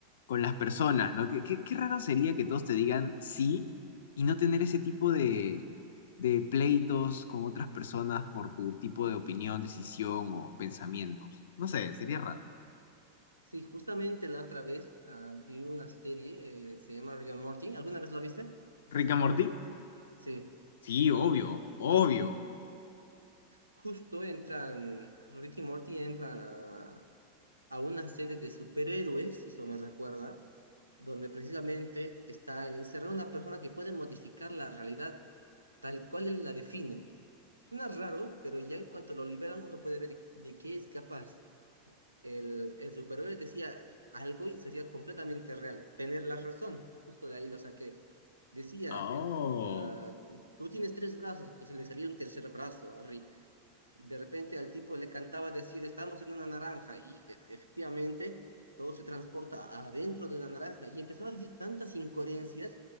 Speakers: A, on the left; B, on the right.
A: con las personas, ¿no? Qué, qué, qué raro sería que todos te digan sí y no tener ese tipo de, de pleitos con otras personas por tu tipo de opinión, decisión o pensamientos. No sé, sería raro.
B: Sí, justamente la otra vez ah, vi una serie, eh, se llama Rick and Morty, ¿alguna vez la viste?
A: ¿Rick and Morty?
B: Sí,
A: Sí, obvio, obvio.
B: justo entran, Rick y Morty entran a, a una serie de superhéroes, eso me recuerda, donde precisamente está encerrada una persona que puede modificar la realidad tal cual él la define. Suena raro, pero ya en cuanto lo liberan uno puede ver de qué es capaz. El, el superhéroe decía algo y sería completamente real. Tener la razón, justo de ahí lo saqué. Decía,
A: Oh,
B: ah, tú tienes tres brazos, entonces le salía un tercer brazo a Rick de repente al tipo le cantaba decir, estamos en una naranja, y e- efectivamente todo se transporta adentro de una naranja, y empezaba a decir tantas incoherencias,